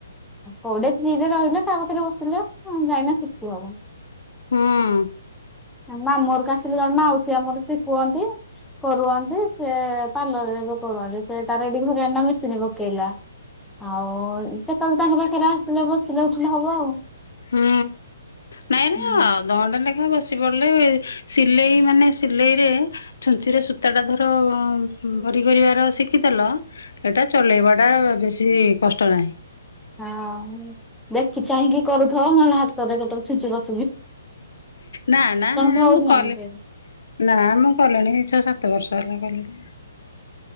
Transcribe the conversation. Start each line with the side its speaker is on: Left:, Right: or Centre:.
Centre: କୋଉଠେ ଫ୍ରୀରେ ରହିଲେ ତା ପାଖରେ ବସିଲେ ଯାଇକିନା ଶିଖି ହବ।
Left: ହୁଁ।
Centre: ମାମୁଁ ଘରକୁ ଆସିଲେ ଜଣେ ମାଉସୀ ଆମଠୁ ଶିଖୁଅନ୍ତି। କରୁଛନ୍ତି ସେ ପାର୍ଲର ରେ ବି କରୁଛନ୍ତି ସେ ତାର ଏଇଡି ଘରେ ଅନ୍ ଲା ମେସିନ୍ ପକେଇଲା। ଆଉ କେତେବେଳେ ତାଙ୍କ ପାଖରେ ଆସିଲେ ବସିଲେ ଉଠିଲେ ହବ ଆଉ।
Left: ହୁଁ ନାଇଁରା
Centre: ହୁଁ
Left: ଅଧଘଣ୍ଟା ଲେଖା ବସି ପଡିଲେ ସିଲେଇ ମାନେ ସିଲେଇରେ ଛୁଞ୍ଚିରେ ସୂତାଟା ଧର
Centre: ହୁଁ
Left: ଭରି କରିବାର ଶିଖିଦେଲ ଏଇଟା ଚଲେଇବା ଟା ବେଶୀ କଷ୍ଟ ନାହିଁ।
Centre: ହଁ ଦେଖି ଚାହିଁକି କରୁଥିବ ନହେଲେ ହାତ ରେ କେତେବେଳେ ଛୁଞ୍ଚି ପଶି
Left: ନା ନା ଆରେ
Centre: କରୁନାହାନ୍ତି।
Left: ମୁଁ କଲି ନା ମୁଁ କଲିଣି ଛ ସାତ ସତ ବର୍ଷ ହେଲା କଲିନି।